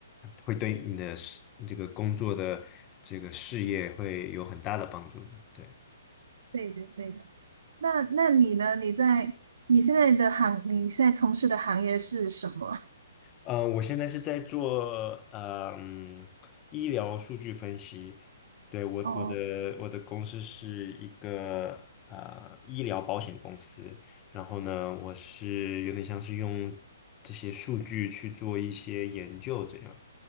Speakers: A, on the left; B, on the right.
A: 会对你的事，你这个工作的这个事业会有很大的帮助的。对。
B: 对的，对的。那那你呢？你在你现在的行，你现在从事的行业是什么？
A: 嗯呃我现在是在做嗯医疗数据分析。对，我我的我的公司是一个呃医疗保险公司，
B: 哦，
A: 然后呢，我是有点像是用这些数据去做一些研究这样。